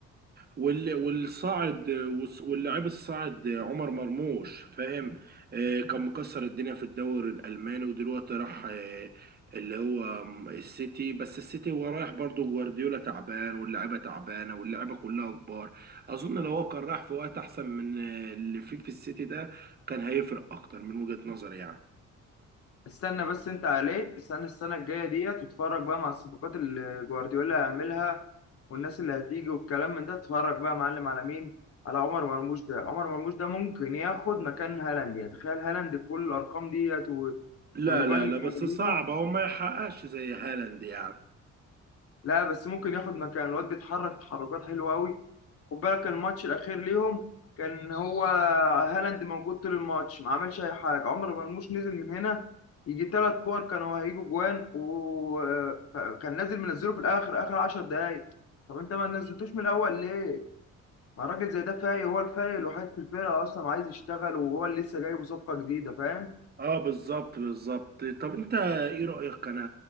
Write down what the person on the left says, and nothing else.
استنى بس انت عليه استنى السنه الجايه ديت واتفرج بقى مع الصفقات اللي جوارديولا هيعملها والناس اللي هتيجي والكلام من ده اتفرج بقى يا معلم على مين على عمر مرموش ده عمر مرموش ده ممكن ياخد مكان هالاند يعني تخيل هالاند بكل الارقام ديت و-
والاجوان
اللي
كان
بيجيبها
لا بس ممكن ياخد مكان الواد بيتحرك تحركات حلوه قوي خد بالك الماتش الاخير ليهم كان هو هالاند موجود طول الماتش ما عملش اي حاجه عمر مرموش نزل من هنا يجي ثلاث كور كانوا هيجوا جوان وكان نازل منزله في الاخر اخر 10 دقايق طب انت ما نزلتوش من الاول ليه ما راجل زي ده فايق هو الفايق الوحيد في الفرقه اصلا عايز يشتغل وهو اللي لسه جايب صفقه جديده فاهم